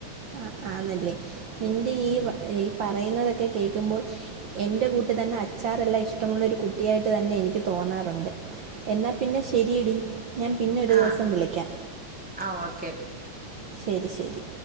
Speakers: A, on the right; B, in the centre.
A: ആ ആന്നല്ലേ നിന്റെ ഈ
B: ഉം
A: ഈ പാ പറയുന്നതൊക്കെ കേൾക്കുമ്പോൾ എൻ്റെ കൂട്ട് തന്നെ അച്ചാറെല്ലാം ഇഷ്ടമുള്ളൊരു കുട്ടിയായിട്ട് തന്നെ എനിക്ക് തോന്നാറുണ്ട് എന്നാൽ പിന്നെ ശരിയെടീ. ഞാൻ പിന്നെ ഒരു
B: ആ
A: ദിവസം വിളിക്കാം.
B: ആ ഓക്കെ
A: ശരി ശരി.